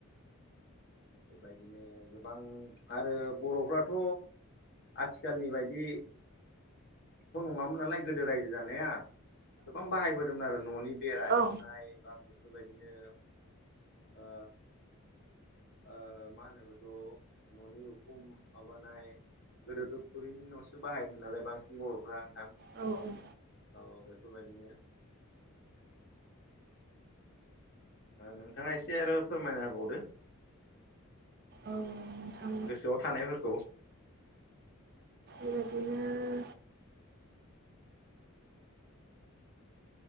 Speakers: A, on the left; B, on the right.
A: बेबायदिनो गोबां आरो बर'फ्राथ' आथिखालनि बायदि थ' नङामोन नालाय गोदो रायजो जानाया गोबां बाहायबोदोंमोन आरो न'नि बेरा
B: औ
A: हेबनाय बा बेफोरबायदिनो ओ ओ मा होनो बेखौ न'नि उखुम माबानाय गोदोथ थुरिनि न'सो बाहायोमोन नालाय बांसिन बर'फ्रा नोंथां
B: औ औ।
A: औ बेफोरबायदिनो नोंथाङा एसे आरो फोरमायना होबावदो।
B: औ नोंथां।
A: गोसोआव थानायफोरखौ
B: बेबायदिनो